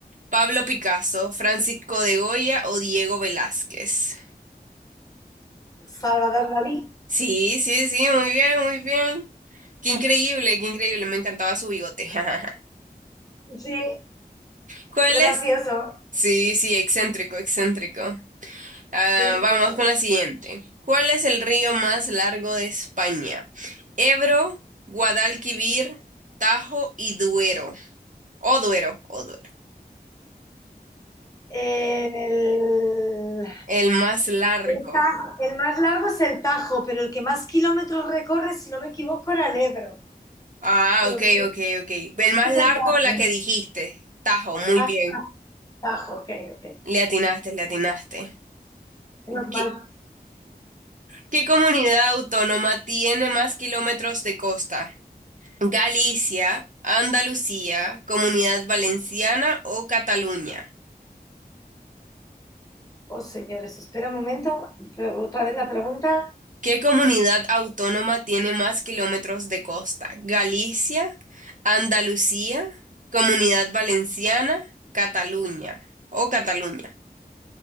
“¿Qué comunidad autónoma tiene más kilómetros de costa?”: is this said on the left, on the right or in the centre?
Right